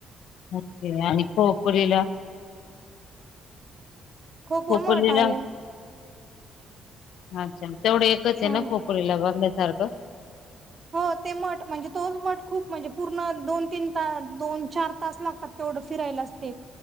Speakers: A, on the left; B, on the right.
A: मोजकीला आणि खोपरीला.
B: खोपरिला
A: खोपोलीला
B: मठ आहे.
A: अच्छा तेवढं एकच
B: हं
A: आहे ना खोपरीला बघण्यासारखं?
B: हो ते मठ म्हणजे तोच मठ खूप म्हणजे पूर्ण दोन- तीन तास, दोन-चार तास लागतात. तेवढं फिरायलाचं ते